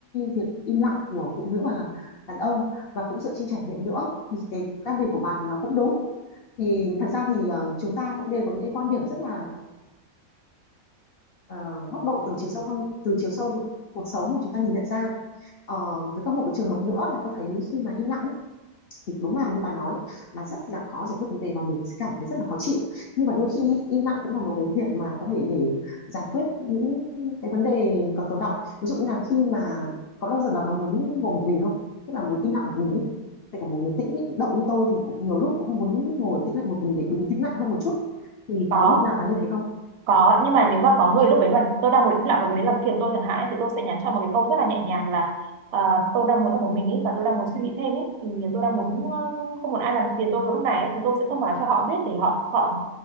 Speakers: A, on the left; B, on the right.
A: việc im lặng của phụ nữ và đàn ông và cũng dựa trên trải nghiệm nữa thì cái quan điểm của bà thì nó cũng đúng thì thật ra thì uh, chúng ta cũng đều có những cái quan điểm rất là uh, góc độ từ chiều sâu không từ chiều sâu cuộc sống mà chúng ta nhìn nhận ra Ờ, với các một cái trường hợp nữa là tôi thấy khi mà im lặng thì đúng là như bà nói là rất là khó giải quyết vấn đề và mình sẽ cảm thấy rất là khó chịu nhưng mà đôi khi im lặng cũng là một cái việc mà có thể để giải quyết những cái vấn đề còn tồn đọng ví dụ như là khi mà có bao giờ bà có muốn ngồi một mình không tức là muốn im lặng một mình ấy kể cả một người tĩnh động như tôi thì cũng nhiều lúc cũng muốn ngồi tĩnh lại một mình để bình tĩnh lại hơn một chút thì
B: có
A: có lúc nào bà như thế không
B: có nhưng mà nếu mà có người lúc đấy mà tôi đang muốn im lặng và người đấy làm phiền tôi chẳng hạn ấy, thì tôi sẽ nhắn cho một cái câu rất là nhẹ nhàng là à, tôi đang muốn ở một mình ấy và tôi đang muốn suy nghĩ thêm ấy thì tôi đang muốn ờ, không muốn ai làm phiền tôi vào lúc này ấy, thì tôi sẽ thông báo cho họ biết để họ họ